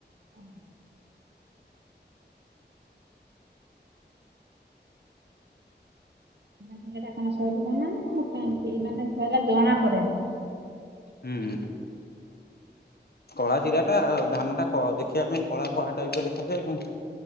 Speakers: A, on the right; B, on the left.
A: ହ। ଜାଗ ଟା କଣ ସରୁଧାନ ନା ମୋଟା ମୁଁ କାହିଁତି ମାନେ ଧରା ଜଣା ପଡେନି?
B: ହୁଁ। କଳା ଜିରାଟା ଧାନ ଟା ଦେଖିବା ପାଇଁ କଳା କଳା ଟାଇପର ଦେଖାଯାଏ।